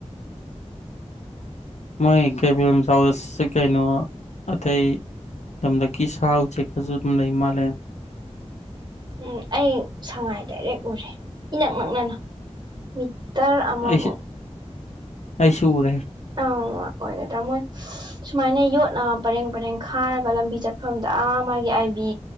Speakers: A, on the left (about 75°); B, on the right (about 40°).
A: ꯃꯣꯏ ꯀꯩ ꯐꯤꯕꯝ ꯆꯥꯎ ꯀꯩꯅꯣ ꯑꯇꯩ ꯇꯗ ꯀꯤꯁꯥꯥꯎꯁꯦ ꯀꯁꯨ ꯇꯗ ꯍꯤꯃꯂꯌꯥꯟ
B: ꯎꯝ ꯑꯩ ꯁꯉꯥꯏ ꯗꯥꯏꯔꯦꯛ ꯎꯔꯦ ꯏꯅꯛ ꯅꯛꯅꯅ ꯃꯤ ꯇꯔ ꯑꯃꯣ
A: ꯑꯩꯁꯨ
B: ꯑꯃꯛ
A: ꯑꯩꯁꯨ ꯎꯔꯦ
B: ꯑꯪ ꯑꯣꯏꯒꯗ꯭ꯔꯥ ꯃꯣꯏ ꯁꯨꯃꯥꯏꯅ ꯌꯣꯠꯅ ꯄꯔꯦꯡ ꯄꯔꯦꯡ ꯈꯥꯔꯒ ꯂꯝꯕꯤ ꯆꯠꯐꯝꯗ ꯑꯥ ꯃꯥꯒꯤ ꯑꯥꯏꯕꯤ